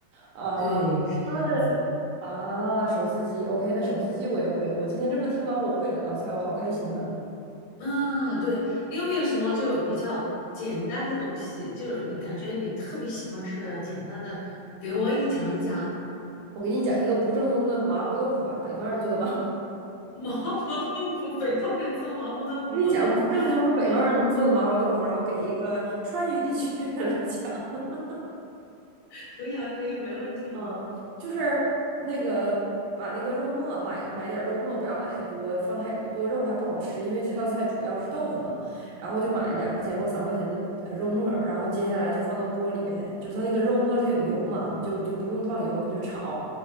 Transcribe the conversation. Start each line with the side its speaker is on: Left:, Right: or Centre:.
Right: 啊。
Left: 对，是这样子。
Right: 它的啊手撕鸡，OK，那手撕鸡我也会了。我今天这么听完，我会两道菜，我好开心呢。
Left: 啊，对，你有没有什么就比较简单的东西，就是你感觉你特别喜欢吃的简单的，给我也讲一讲。
Right: 我给你讲一个不正宗的麻婆豆腐吧，北方人做的麻
Left: <laughs> 麻婆豆腐，北方人做麻婆豆腐，
Right: 你讲不正宗的北方人做的麻婆豆腐，
Left: 好吧？可以，
Right: 然后给一个川渝地区的人来讲，<laughs>
Left: 可以啊，可以，没问题。
Right: 嗯，就是那个把那个肉末买买点儿肉末，不要买太多，放太多肉还不好吃，因为这道菜主要是豆腐嘛。然后就买两块钱或三块钱的呃肉末儿然后接下来就放到锅里边，
Left: 嗯
Right: 就它那个肉末它有油嘛，你就就不用放油，你就炒，